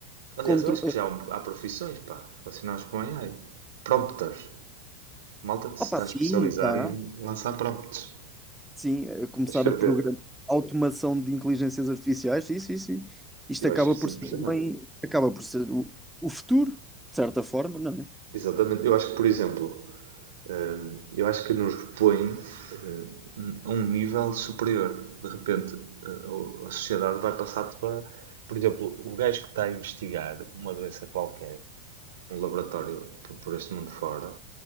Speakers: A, on the right; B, in the centre.
A: Aliás,
B: controlar.
A: eu acho que já há, um- há profissões, pá, relacionadas com AI. Prompters. Malta que
B: Opa,
A: se está
B: sim,
A: a especializar
B: já.
A: em lançar prompts.
B: Sim, a começar
A: A escrever.
B: a programar automação de inteligências artificiais, sim, sim, sim. Isto
A: Eu
B: acaba
A: acho isso
B: por
A: impressionante.
B: ser também, acaba por ser o, o futuro, de certa forma, não é?
A: Exatamente. Eu acho que, por exemplo, hum, eu acho que nos põe hum, a um nível superior. De repente, a, a sociedade vai passar para, por exemplo, o gajo que está a investigar uma doença qualquer, um laboratório por, por este mundo fora,